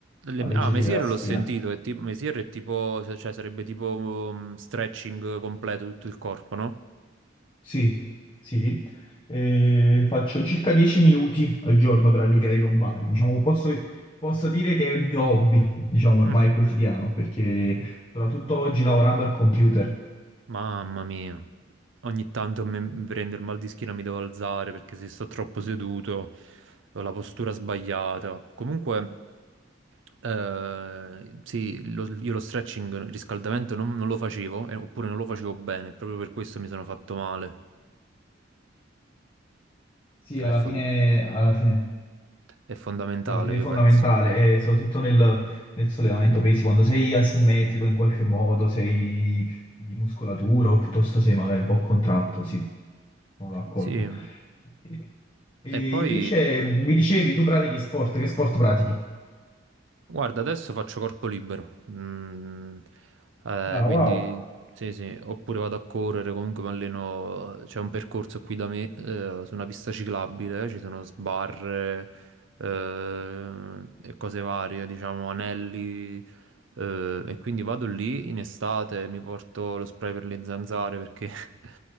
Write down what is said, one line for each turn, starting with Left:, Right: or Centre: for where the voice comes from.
Right: Le-
Left: alleggerire
Right: ah, Mesier
Left: la schiena.
Right: l'ho sentito, è tipo, Mesier è tipo, cioè sarebbe tipo um, stretching completo tutto il corpo, no?
Left: Sì, sì, Eh, faccio circa 10 minuti al giorno per alleviare i lombari. Diciamo, posso, posso dire che è il mio hobby, diciamo, ormai
Right: <laughs>
Left: quotidiano, perché soprattutto oggi lavorando al computer.
Right: Mamma mia, ogni tanto me- mi prende il mal di schiena, mi devo alzare perché se sto troppo seduto ho la postura sbagliata. Comunque, eh, sì, lo- io lo stretching, il riscaldamento non, non lo facevo, eh, oppure non lo facevo bene, proprio per questo mi sono fatto male,
Left: Sì,
Right: che
Left: alla
Right: è fon-
Left: fine, alla fine.
Right: è fondamentale,
Left: Sì, alla fine
Right: io
Left: è fondamentale,
Right: penso.
Left: e soprattutto nel, nel sollevamento pesi, quando sei asimmetrico in qualche modo, sei di muscolatura o piuttosto sei magari un po' contratto, sì, sono d'accordo.
Right: Sì.
Left: E, e
Right: E poi,
Left: invece mi dicevi, tu pratichi sport, che sport pratichi?
Right: guarda, adesso faccio corpo libero, Mm, eh,
Left: Ah,
Right: quindi
Left: wow,
Right: sì, sì, oppure vado a correre, comunque mi alleno, c'è un percorso qui da me, eh, su una pista ciclabile, ci sono sbarre, eh, e cose varie, diciamo, anelli, eh, e quindi vado lì in estate, mi porto lo spray per le zanzare perché <laughs>